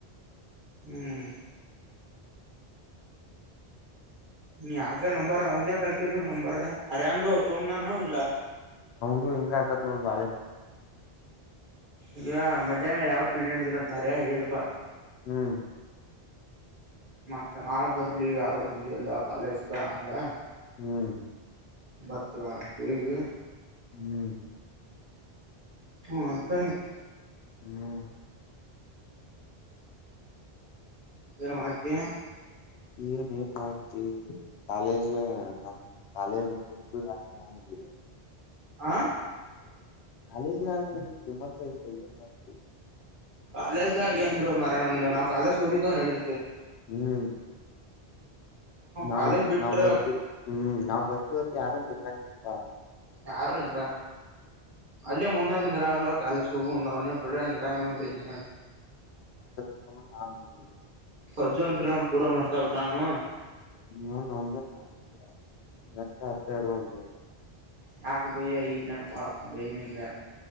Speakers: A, on the right (about 50°); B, on the left (about 80°).
A: ಹ್ಮ್ ನೀ ಆಗ ನಂಬರ್ ಅವಂದ್ಯ ಕಕಿರಿ ನೀವು್ ನಂಬರ್ ಅರ ಅಂದು ತೋಂಬ ನ ನ ಇಲ್ಲ
B: ಇದು ಹಿಂಗ ಆಗ್ತತ್ ನೋಡ್ ಬಾಳೆ
A: ಈಗ ಮಜಾ ಮೇಲೆ ಯಾವ ಪ್ರೀಗ್ನೆಂಟ್ಿಲ್ಲ ಅಂತ ಅರ ಹೇಳಿದಪ್ಪಾ
B: ಹ್ಮ್
A: ಮತ್ತ ನಾಳ ಬರ್ಲಿ ಯಾರು ಬಂದ ಎಲ್ಲ ಕಾಲೇಜ್ ಕ ಅಂದ
B: ಹ್ಮ್
A: ಮತ್ತ ಬೇಬೇ
B: ಹ್ಮ್
A: ಹ್ಮ ಅಂತಾನ
B: ಹ್ಮ್
A: ಯೆನ್ ಮಾಡ್ತ
B: ಏನ್ ಏನ್ ಮಾಡ್ತಿ ಕಾಲೇಜ ನಮ ಕಾಲೇಜ್ಟ್ಟ ಹಾಕಂಗ
A: ಆ
B: ಕಾಲೇಜ್ ನಾವು ಕಿಮತೆ ಏನ್ ಮಾಡ್ತೀವಿ
A: ಕಾಲಸ್ದಾಗ ಏನ್ ಬಿಡ ಮರ ನಮ್ದು ನಾವ್ ಕಾಲೇಸ್ ಓದಿಕಕೊಂಡನ್ ಹಿಡ್ತೇತಿ
B: ಹ್ಮ್ ನಾವ್
A: ಕಾಲೇಜ್ ಬಿಟ್ರ
B: ನಾವ್ ಬರ್ತಿವಿ ಹ್ಮ್ ನಾವ್ ಬರ್ತಿವತ್ತ ಯಾರು ನಿಮಾಗನಪಾ
A: ಯಾರು ನಿಂದ್ರ ಅಲ್ಲೇ ಮುಂದ ನಿಂದ್ರ ಎಲ್ಲ ಕಾಲಸ ಮುಂದ ಲಾ ಇಲ್ಲಾ ಅಂದ್ರೇ ಹೆಂಗೆ
B: ಆ
A: ಪರ್ಜು ಅಂತೂ ಪೂರಾ ಮಾರ್ತಾ ಮಾಡ್ತಾ ಬಿಡಾನು
B: ನನ್ ಒಂದೇನ ಮಾಡ್ತಿವಿ ಬಿಡ ಒ ವರ್ಷ್ಟ ಅಾಗಬ
A: ಯಾಕ ಬಯ ಈಗ ನೆನಪ ಬೈ ನಿಂಗ